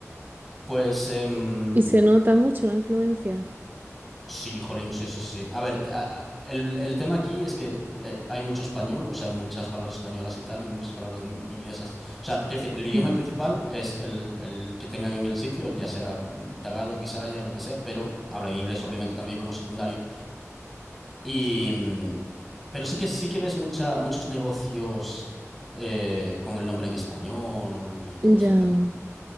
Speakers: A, in the centre; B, on the right (about 35°).
A: pues em,
B: Y y se nota mucho la influencia.
A: sí, jolín, sí, sí, sí. A ver, te- a- a- el, el tema aquí es que eh, hay mucho español, o sea, muchas palabras españolas y tal, y muchas palabras in- inglesas. O sea, quiero decir, el idioma
B: Mm,
A: principal es el, el que tengan en el sitio, ya sea mm, tagalo, bisaya, lo que sea, pero hablan inglés, obviamente, también como secundario. Y, mm, pero sí que sí que ves mucha, muchos negocios eh, con el nombre en español y todo
B: Ya.
A: este tema.